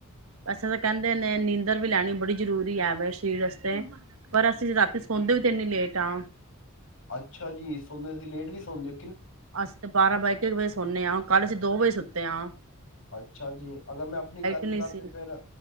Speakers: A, on the right; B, on the left.
A: ਅੱਛਾ ਤੇ ਕਹਿੰਦੇ ਨੇ ਨੀਂਦ ਨਿੰਦਰ ਵੀ ਲੈਣੀ ਬੜੀ ਜ਼ਰੂਰੀ ਹੈ ਮੇਰੇ ਸਰੀਰ ਵਾਸਤੇ ਪਰ ਅਸੀਂ ਰਾਤੀ ਸੋਂਦੇ ਵੀ ਤੇ ਇੰਨੀ ਲੇਟ ਆ
B: ਅੱਛਾ ਜੀ ਸੌਣਦੇ ਤੁਸੀ ਲੇਟ ਵੀ ਸੌਣਦੇ
A: ਅਸੀਂ ਤੇ ਬਾਰਾਂ ਇੱਕ ਇੱਕ ਵਜੇ ਸੌਨੇ ਹਾਂ ਕੱਲ ਅਸੀਂ ਦੋ ਵਜੇ ਸੁੱਤੇ ਹਾ ਤੇ ਆ
B: ਅੱਛਾ ਜੀ ਅਗਰ ਮੈਂ ਆਪਣੀ ਗੱਲ
A: ਨਹੀਂ
B: ਕਰਾ
A: ਸੀ।
B: ਤੇ ਫਿਰ